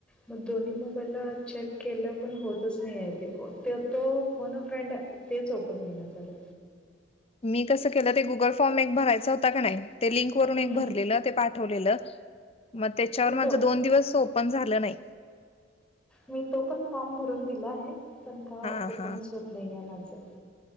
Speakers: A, in the centre; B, on the left.
A: म दोन्ही मोबाईलला चेक केलं पण होतच नाही आहे ते तो फोन ना फ्रेंड तेच ओपन होईना झालं
B: मी कसं केलं ते गुगल फॉर्म एक भरायचा होता का नाही ते लिंकवरून
A: मी
B: एक भरलेलं ते पा ठेवलेल मग त्याच्यावर
A: मी
B: माझ
A: तो
B: दोन दिवस ओपन झालं नाही.
A: मी तो पण फॉर्म भरून दिला आहे पण का
B: हा
A: ओपनच
B: हा
A: होत नाही आहे माझं